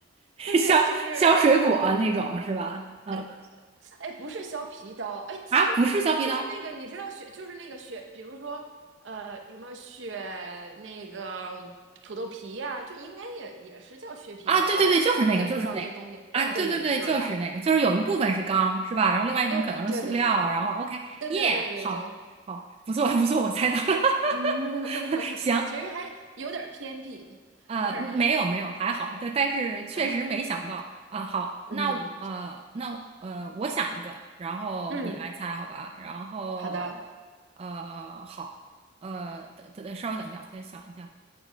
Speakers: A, on the right; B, on the right.
A: 就是就是，
B: 削削水果啊那种是吧？嗯。
A: 呃，哎，不是削皮刀，哎，其实就是那个，
B: 啊，不是削皮刀
A: 你知道雪，就是那个雪，比如说，呃，什么雪那个土豆皮呀、就应该也也是叫削皮刀吧？
B: 啊，对对对，
A: 其实我也不知道那东西。
B: 就是那个，就是那个啊，对对对，
A: 对对对，就是它。
B: 就是那个，就是有一部分是钢，是吧？然后另外一部分可能是塑料，
A: 对对对对
B: 然后 OK，
A: 对对对对对，
B: 耶、好，好，不错不错，我猜到了，
A: <laughs> 嗯，
B: <laughs> 行，
A: 其实还有点儿偏僻，
B: 呃，
A: 有点儿难。
B: 没有没有，还好，但但是确实没想到啊。
A: 嗯
B: 好，
A: 嗯
B: 那呃那呃，我想一个，然后你来猜，
A: 嗯，
B: 好吧？然后呃好，
A: 好的，
B: 呃等等，稍微等一下，我再想一下。